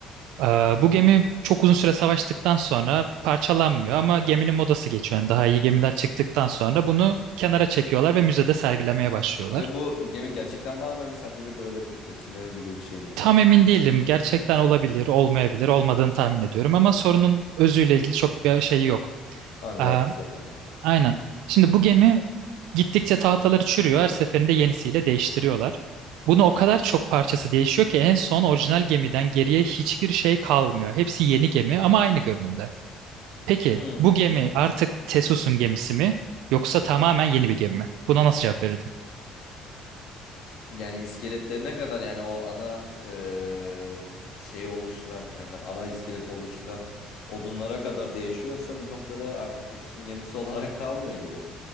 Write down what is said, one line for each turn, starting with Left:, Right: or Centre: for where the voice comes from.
Right: Ee, bu gemi çok uzun süre savaştıktan sonra parçalanmıyor ama geminin modası geçiyor. Yani daha iyi gemiler çıktıktan sonra bunu kenara çekiyorlar ve müzede sergilemeye başlıyorlar.
Left: Ve bu gemi gerçekten var mı? Hani sadece bir böyle bir betimleme gibi bir şey mi
Right: Tam
Left: olmuşmuş?
Right: emin değilim. Gerçekten olabilir, olmayabilir, olmadığını tahmin ediyorum ama sorunun özüyle ilgili çok bir şey yok.
Left: Anla
Right: Ee,
Left: alakası yok anladım.
Right: aynen. Şimdi bu gemi gittikçe tahtaları çürüyor. Her seferinde yenisiyle değiştiriyorlar. Bunu o kadar çok parçası değişiyor ki en son orijinal gemiden geriye hiçbir şey kalmıyor. Hepsi yeni gemi ama aynı görünümde. Peki
Left: Hmm.
Right: bu gemi artık Tesus'un gemisi mi yoksa tamamen yeni bir gemi mi? Buna nasıl cevap verirdin?
Left: Yani iskeletleri ne kadar yani o ana eee şeyi oluşturan yani ana iskeleti oluşturan odunlara kadar değişiyorsa bir noktada artık Tesos'un gemisi <laughs> olarak kalmıyor gibi.